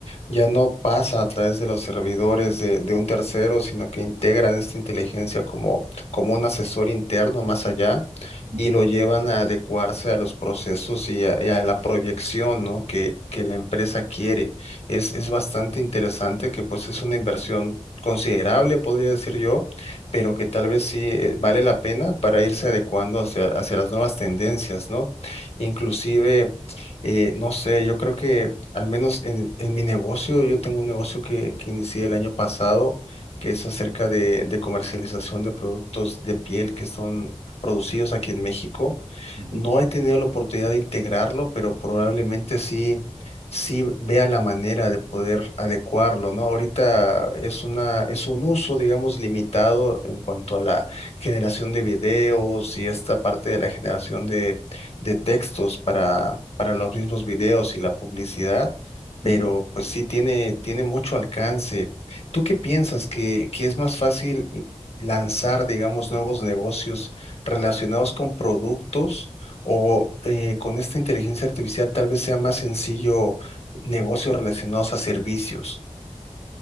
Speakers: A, on the left (about 60°); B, on the right (about 80°).
A: ya no pasa a través de los servidores de, de un tercero, sino que integran esta inteligencia como, como un asesor interno más allá
B: Ujú,
A: y lo llevan a adecuarse a los procesos y a, y a la proyección, ¿no? que, que la empresa quiere. Es, es bastante interesante que pues es una inversión considerable, podría decir yo, pero que tal vez sí eh, vale la pena para irse adecuando hacia, hacia las nuevas tendencias, ¿no? Inclusive... Eh, no sé, yo creo que al menos en, en mi negocio, yo tengo un negocio que, que inicié el año pasado, que es acerca de, de comercialización de productos de piel que son producidos aquí en México.
B: ujú,
A: No he tenido la oportunidad de integrarlo, pero probablemente sí, sí vea la manera de poder adecuarlo, ¿no? Ahorita es una, es un uso, digamos, limitado en cuanto a la generación de videos y esta parte de la generación de de textos para, para los mismos videos y la publicidad, pero
B: ujú.
A: pues sí tiene, tiene mucho alcance. ¿Tú qué piensas que, que es más fácil i- lanzar, digamos, nuevos negocios relacionados con productos o eh, con esta inteligencia artificial tal vez sea más sencillo negocios relacionados a servicios?